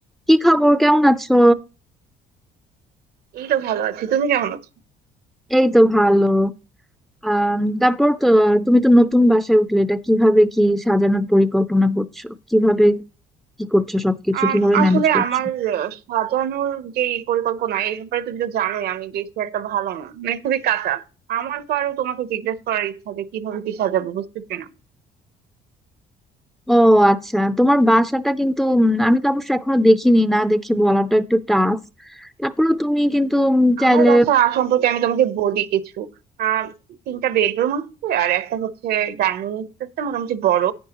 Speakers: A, in the centre; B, on the right.
A: কি খবর কেমন আছো
B: এই তো ভালো আছি তুমি কেমন আছো
A: এই তো ভালো আহ তারপর তো তুমি তো নতুন বাসায় উঠলে এটা কিভাবে কি সাজানোর পরিকল্পনা করছো কিভাবে কি করছো সবকিছু
B: আম,
A: কিভাবে
B: আসলে
A: ম্যানেজ করছো
B: আমার আহ, সাজানোর যে পরিকল্পনা এই ব্যাপারে তুমি তো জানোই আমি বেশি একটা ভালো না মানে খুবই কাঁচা আমার তো আরো তোমাকে জিজ্ঞেস করার ইচ্ছা যে কিভাবে কি সাজাবো বুঝতেছি না
A: ও আচ্ছা তোমার বাসাটা কিন্তু উম, আমি তো অবশ্য এখনো দেখিনি না দেখে বলাটা একটু টাফ তারপরেও তুমি কিন্তু উম, চাইলে
B: আমার বাসা সম্পর্কে আমি তোমাকে বলি কিছু আহ তিনটা বেডরুম আছে আর একটা হচ্ছে ডাইনিং স্পেসটা মোটামুটি বড়